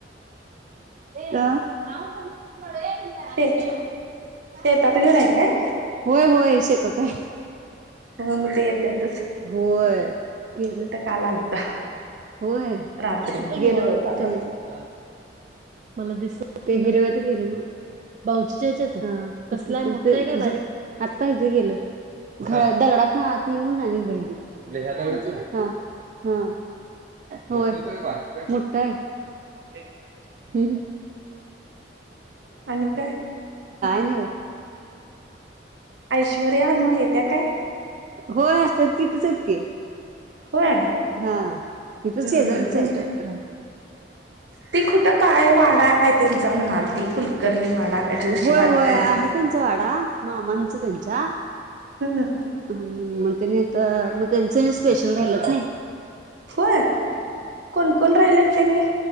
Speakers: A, on the right; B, on the right.
A: <unintelligible>
B: शेत शेतात घर आहे काय
A: होय होय शेतात आहे
B: हा मग ते येत्यात
A: होय गेलं
B: काल
A: तर
B: आलता
A: कुठे
B: रात्री होय
A: गेलो हो
B: काल रात्री
A: मला दिसत ते हिरव्यात गेलय न्हवं बाऊचीच्या ह्याच्यात कसलाय मोठ का बारीक आता हिथं गेलं दगडात न आत येऊन बहिर गेला हा हो आहे मोठा आहे
B: ते
A: फर
B: आणि काय
A: नाही
B: ऐश्वर्या मग येत्या काय
A: हो असते तिथचते
B: होय
A: हा तिथं
B: हम्म
A: शेजारीच
B: हम्म तुम
A: आहे तर रा
B: ती कुठं काय वाडा त्यांचा म्हणाल की कुलकर्णीवाडा काय जोशीवाडा
A: होय होय
B: काय
A: आहे
B: तर
A: त्यांचा वाडा मामणचं त्यांच्या
B: ह
A: हम मग त्यांनी आता मग त्यांच स्पेशल राहिलंत नाही
B: होय कोण कोण राहिले आहेत त्यांनी